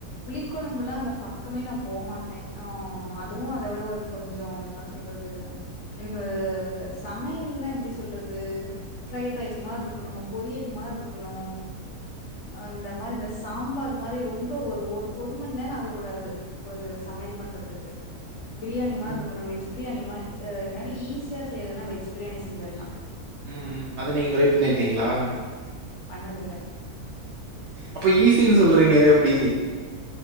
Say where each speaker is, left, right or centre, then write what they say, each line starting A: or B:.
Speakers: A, on the left; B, on the right.
A: குழம்பு எல்லாம் அந்த பக்கமே நான் போகமாட்டேன் ஆஹ அதுவும் அதை விட ஒரு கொஞ்சம் என்ன சொல்றது எனக்கு அ சமையல்னா எப்படி சொல்றது ஃரைட் ரைஸ் மாதிரி இருக்கணும் பொரியல் மாதிரி இருக்கணும் ஆஹ் இந்த மாதிரி இந்த சாம்பார் மாதிரி ரொம்ப ஒரு ஒரு ஒரு மணி நேரம் ஆக கூடாது ஒரு சமையல் பண்றதுக்கு பிரியாணி மாதிர
B: ம்,
A: இருக்கணும் வெஜ் பிரியாணி மாிரி அஹ் என்னட ஈஸியா செய்யறதுன்னா வெஜ் பிரியாணி செஞ்சிடலாம்
B: ம் அத நீங்க ட்ரை பண்ணியிருக்கீங்களா
A: பண்ணதுல
B: அப்ப ஈசின்னு சொல்றீங்க ஏது எப்படி